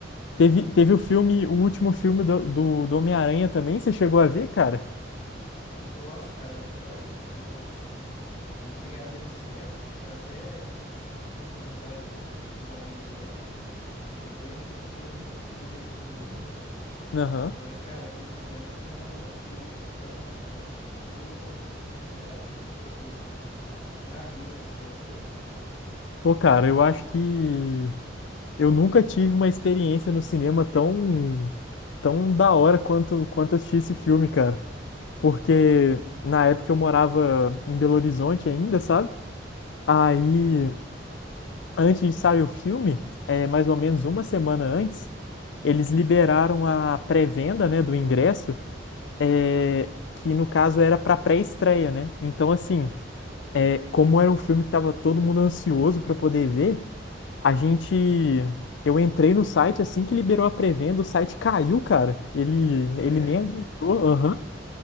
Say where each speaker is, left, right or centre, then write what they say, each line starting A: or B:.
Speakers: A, on the left; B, on the left.
A: Teve, teve o filme, o último filme do, do, do Homem-Aranha também? Você chegou a ver, cara?
B: Nossa, cara, lógico. No... Quando eu cheguei a ver no cinema, eu até tinha comentado com, com os amigos meus de, de ver. não- Infelizmente não consegui ver com todo mundo, né?
A: Aham.
B: Mas, cara, aquilo no cinema foi uma loucura, cara, de tão bom que foi. Eu acho que um dos melhores filmes que eu vi, assim, de... na vida no cinema foi esse.
A: Pô, cara, eu acho que. Eu nunca tive uma experiência no cinema tão, tão da hora quanto, quanto assistir esse filme, cara. Porque na época eu morava em Belo Horizonte ainda, sabe? Aí,
B: Sim.
A: antes de sair o filme, é, mais ou menos uma semana antes, eles liberaram a pré-venda, né, do ingresso, é, que no caso era para pré-estreia, né? Então, assim, é, como era um filme que tava todo mundo ansioso para poder ver. A gente. Eu entrei no site assim que liberou a pré-venda, o site caiu, cara. Ele,
B: Sério?
A: ele nem aguentou, aham.